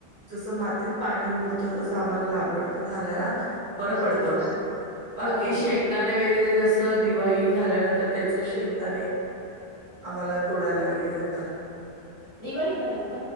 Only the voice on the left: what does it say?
हो हो
हो हो.
दिवाळीपर्यंत